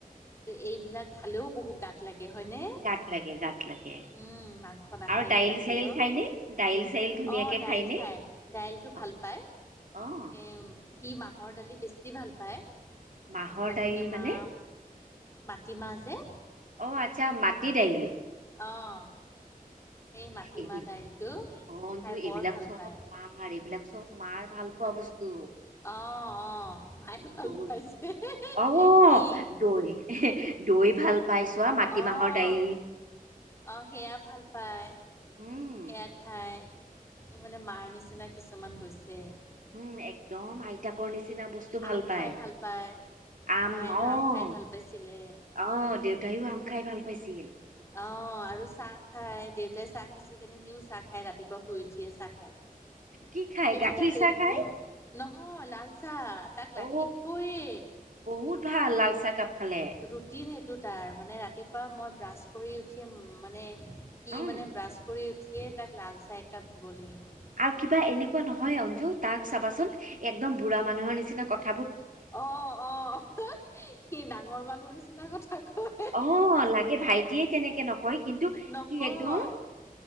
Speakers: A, on the left; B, on the right.
A: কিন্তু এইবিলাক খালেও বহুত গাত লাগে। তাকে হয়নে?
B: গাত লাগে গাত লাগে
A: উম, মাংস নাখায়,
B: আৰু
A: এইবিলাক
B: দাইল
A: খালেও।
B: চাইল খায়নে দাইল চাইল ধুনীয়াকে
A: অ', দাইল
B: খায়নে
A: খাই দাইলটো ভাল
B: অ
A: পায়।
B: অ',
A: এ সি মাহৰ দালি বেছি ভাল পায়।
B: মাহৰ
A: সি কৈ
B: দাইল
A: থাকে
B: মানে
A: মা মাটিমাহ যে
B: অ', আচ্ছা মাটি দাইল।
A: অঁ এই মাটিমাহ
B: এইবিল
A: দাইলটো
B: অ অঞ্জু
A: খাই
B: এইবিলাক
A: বৰ ভাল
B: চব
A: পায়।
B: মাৰ এইবিলাক চব মাৰ ভাল পোৱা বস্তু।
A: অঁ অঁ মায়ে ভাল
B: দৈ
A: পায় যে
B: অ',
A: সি
B: দৈ দ। গৈ ভাল পাই চোৱা মাটিমাহৰ
A: অঁ
B: দাইল।
A: অ', সেয়া ভাল পায়।
B: উম
A: সেয়া খাই, সি মানে মাৰ নিচিনা কিছুমান গৈছে।
B: উম' একদম আইতাকৰ নিচিনা বস্তু ভাল
A: আম খাই
B: পায়।
A: ভাল পায়
B: আম
A: মায়েতো
B: অ',
A: খাই ভাল পাইছিলে
B: অ', দেউতায়ো আম খাই ভাল পাইছিল।
A: অ, আৰু চাহ খাই দেউতাই চাহ খাইছিল কেনে সিও চাহ খায় ৰাতিপুৱা শুই উঠি। চাহ খাই
B: কি খাই
A: সেইটো
B: গাখীৰ
A: তাৰ ৰেডবোল
B: চাহ খাই
A: নহয় লাল ছা তাক লাগিবইে
B: অ বহুত ভাল লাল চাহ কাপ খালে
A: ৰুটিন। টো তাৰ মানে ৰাতিপুৱা মই ব্ৰাছ কৰি উঠি মানে সি
B: উম
A: মানে ব্ৰাছ কৰি সিয়ে তাক লালচাহ একাপ দিব লাগিব।
B: আৰু কিবা এনেকুৱা নহয় অঞ্জু তাক চাবাচোন একদম বুঢ়া মানুহৰ নিচিনা কথা
A: অ', অ', সি ডাঙৰ মানুহৰ নিচিনা কথা কয়
B: অ' লাগে ভাইটিয়ে তেনেকে নকয় কিন্তু
A: নকয়
B: কি একদম